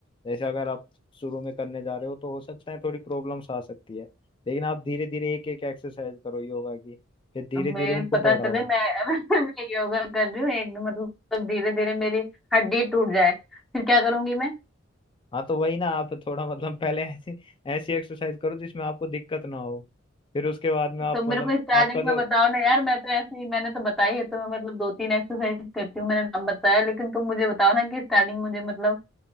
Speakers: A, on the left (about 25°); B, in the centre.
A: जैसे अगर आप शुरू में करने जा रहे हो तो हो सकता है थोड़ी प्रॉब्लम्स आ सकती है लेकिन आप धीरे धीरे एक एक एक्सरसाइज करो योगा की फिर धीरे
B: अब
A: धीरे
B: मैं
A: उनको
B: पता
A: बढ़ाओ
B: चले मैं <laughs> मैं योगा कर रही हूँ एक मतलब धीरे धीरे मेरी हड्डी टूट जाए फिर क्या करूंगी मैं
A: हाँ तो वही ना आप थोड़ा मतलब पहले ऐसी ऐसी एक्सरसाइज करो जिसमें आपको दिक्कत ना हो फिर उसके बाद में आप
B: तो मेरे
A: मतलब
B: को स्टार्टिंग
A: आपका जो
B: में बताओ ना यार मैं तो ऐसे ही मैंने तो बताई है तो मैं मतलब दो तीन एक्सरसाइज करती हूँ मैंने नाम बताया लेकिन तुम मुझे बताओ ना कि स्टार्टिंग मुझे मतलब